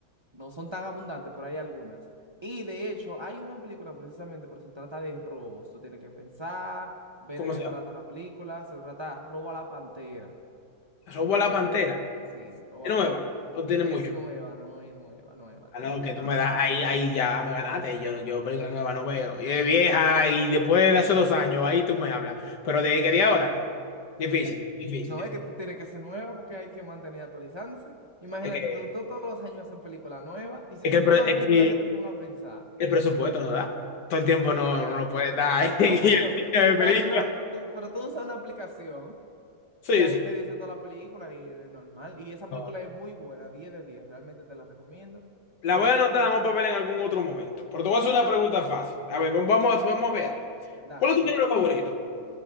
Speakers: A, on the right; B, on the left.
A: no son tan abundantes, pero hay algunas. Y de hecho hay una película precisamente, pero se trata de robos. Tú tienes que pensar, ver
B: ¿Cómo
A: de qué
B: se
A: trata
B: llama?
A: la película. Se trata Roba la Pantera.
B: Robo a la Pantera.
A: Sí, Roba
B: Es
A: la
B: nueva,
A: Pantera.
B: no tiene
A: Es
B: mucho.
A: nueva, no es nueva, nueva.
B: Ah,
A: Tiene
B: no,
A: quizá
B: que tú me
A: un
B: das,
A: mes.
B: ahí, ahí ya me ganaste. y Yo, yo película nueva no veo. Y es vieja y después de hace dos años, ahí tú me hablas. Pero de que de ahora, difícil,
A: Eh,
B: difícil,
A: no
B: difícil.
A: es que t- tiene que ser nueva porque hay que mantener actualizándose. Imagínate,
B: Es que,
A: tú, tú todos los años hacen películas nuevas y si
B: es
A: tú
B: que, el,
A: quieres
B: pro-
A: una
B: es
A: película
B: que
A: que te ponga a pensar,
B: el presupuesto no da. Todo el tiempo no, no, no puede estar <laughs> en
A: no, <laughs>
B: el cine
A: pero tú
B: de
A: pasas
B: película.
A: una, tú, pero tú usas una aplicación
B: Sí,
A: y ahí
B: sí.
A: te dice toda la película y eh, normal. Y esa película
B: No.
A: es muy buena, diez de diez realmente te la recomiendo.
B: La
A: Tiene
B: voy a anotar,
A: acción.
B: la vamos a ver en algún otro momento. Pero te voy a hacer una pregunta fácil. A ver, vamos, vamos vamos a ver algo.
A: Dale,
B: ¿Cuál es tu
A: dime.
B: género favorito de